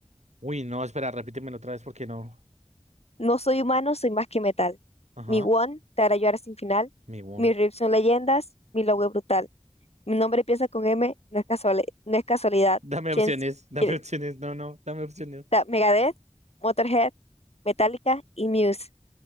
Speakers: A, on the right; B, on the left.
A: Uy, no, espera, repítemelo otra vez porque no.
B: No soy humano, soy más que metal.
A: Ajá,
B: Mi Won te hará llorar sin final.
A: mi boom.
B: Mis rips son leyendas, mi logo es brutal. Mi nombre empieza con M, no es casualidad. No es casualidad.
A: Dame
B: ¿Quién,
A: opciones,
B: s-
A: dame
B: quién-
A: opciones. No, no, dame opciones.
B: ta- Megadeth, Motorhead, Metallica y Muse.